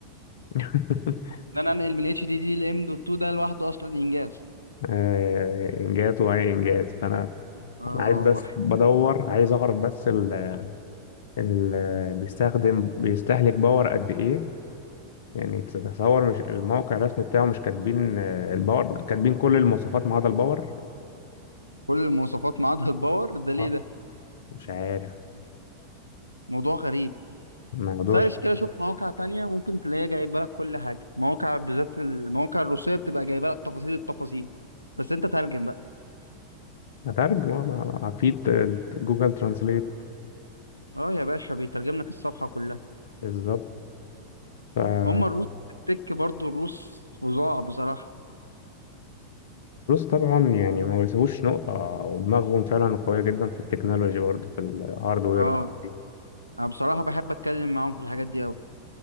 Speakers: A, on the left; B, on the left.
A: <laughs>
B: ان انا انقل من اتش دي دي لام دوت 2 ده لوحده اصلا انجاز
A: آه، انجاز واي انجاز فانا
B: اه
A: انا عايز اه بس
B: والله
A: بدور عايز اعرف بس ال ال بيستخدم بيستهلك باور قد ايه يعني تتصور مش الموقع الرسمي بتاعه مش كاتبين آه، الباور كاتبين كل المواصفات ما عدا الباور
B: كل المواصفات ما عدا الباور ده ليه
A: اه
B: ده
A: مش عارف
B: موضوع غريب
A: الموضوع
B: سيرش كده شوف مواقع تانية ممكن تلاقيها جايبه لك كل حاجه مواقع بالذات المواقع الروسيه بتبقى جايبه لك تفاصيل التفاصيل بس انت ترجم بقى
A: هتعرف ما- في ت- جوجل ترانسليت
B: اه يا باشا بيترجم لك الصفحه كلها
A: بالظبط فالروس
B: هم الروس التك برضو الروس فظاع بصراحه
A: طبعا يعني ما بيسيبوش نقطة ودماغهم فعلا قوية جدا في التكنولوجي برضه في الهاردوير
B: اه
A: والحاجات دي
B: انا بصراحه بحب اتكلم معاهم في الحاجات دي أوي